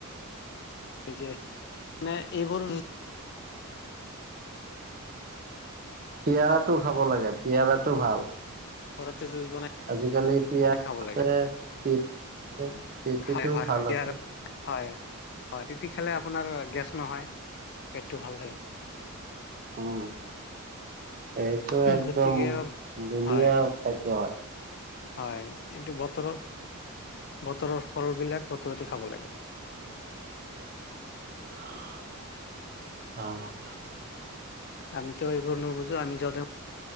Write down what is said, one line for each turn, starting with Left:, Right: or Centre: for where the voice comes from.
Left: এই যে মানে এইবোৰ
Right: পিয়াৰটো খাব লাগে পিয়াৰটো ভাল।
Left: ঘৰতে জুচ বনাই
Right: আজিকালি <unintelligible>
Left: খাব
Right: আছে
Left: লাগে
Right: পিপি আ পিপি
Left: হয়
Right: টোও
Left: হয়
Right: ভাল
Left: হয়
Right: আছে।
Left: হয়, হয়, পিপি খালে আপোনাৰ গেছ নহয়। পেটটো ভাল থাকে।
Right: উম, এইটো একদম
Left: গতিকে
Right: ধুনীয়া
Left: হয়
Right: খাদ্য হয়।
Left: হয়, এইটো বতৰৰ- বতৰৰ ফল বিলাক বতৰতে খাব লাগে।
Right: অ'।
Left: আমিতো এইবোৰ নুবুজো আমি জধে